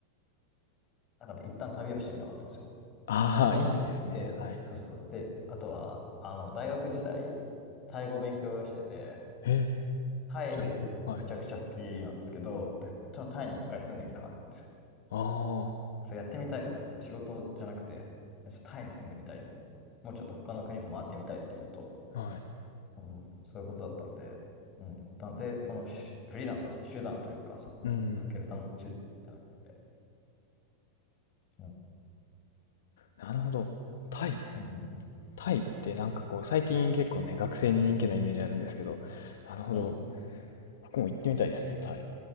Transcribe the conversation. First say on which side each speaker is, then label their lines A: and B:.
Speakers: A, on the left; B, on the left.
A: だからね、一旦旅をしてみたかったんですよ。
B: ああ、
A: どこに、
B: いいですね。
A: で、
B: はい。
A: そうそう。で、あとは、あの、大学時代、タイ語勉強してて、
B: え、
A: タイのことめちゃくちゃ好きなんですけど、
B: タイのはい。
A: で、ちょっとタイに一回住んでみたかったんですよ。
B: あ
A: そうやってみたいことっていうのは仕事じゃなくて、ちょっとタイに住んでみたいっていうのと、もうちょっと他の国も回ってみたいっていうのと、
B: あ、はい。
A: うん、そういうことだったんで、うん、一旦で、そのしフリーランスはその手段というか、それを続けるための手段じゃなくて、
B: うん。
A: うん、うん、
B: なるほど。タイ、
A: うん、うん、
B: タイってなんかこう、最近結構ね、学生に人気なイメージあるんですけど、なるほど。
A: うん、
B: 僕も行ってみたいですね、
A: う
B: タイ。